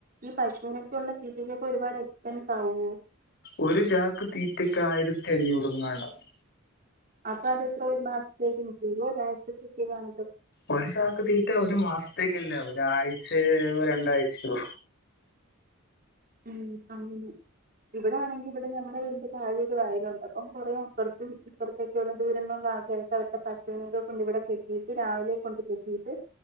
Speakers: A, on the right (about 40°); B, on the left (about 50°).
A: ഈ പശുവിനൊക്കെയൊള്ള തീറ്റക്കൊക്കെ ഒരുപാട് എക്സ്പെൻസാവോ?
B: ഒരു ചാക്ക് തീറ്റയ്ക്ക് ആയിരത്തി അഞ്ഞൂറങ്ങാണ്ടാണ്.
A: അപ്പൊ അതത്ര ഒരു മാസത്തേക്ക് നിക്കുളോ ഒരാഴ്ത്തേക്ക് കാണ
B: ഒരു ചാക്ക് തീറ്റ ഒരു മാസം. അത്രക്കില്ല ഒരാഴ്ചെ രണ്ടാഴ്ചയോ
A: ഉം ആ ഇവിടൊണെങ്കി ഇവിടെ നങ്ങടെ വീടിന്റെ ഒരു വയലുണ്ട് അപ്പം കൊറേ അപ്പർത്തും ഇപ്പർത്തൊക്കെള്ള ദൂരെള്ള ആ കേക്ക് അവട്ത്തെ പശുവിനെ കൊണ്ട് ഇവിടെ കെട്ടിയിട്ട് രാവിലെ കൊണ്ട് കെട്ടിയിട്ട്